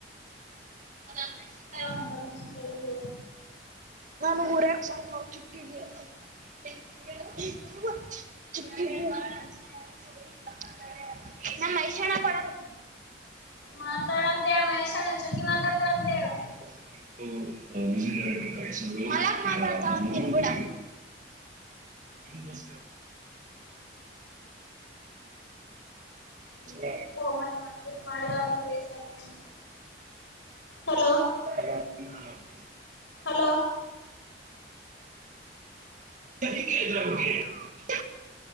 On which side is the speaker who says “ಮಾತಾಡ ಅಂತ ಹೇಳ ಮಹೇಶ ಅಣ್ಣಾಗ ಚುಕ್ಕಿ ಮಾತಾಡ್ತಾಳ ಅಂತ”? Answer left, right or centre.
Left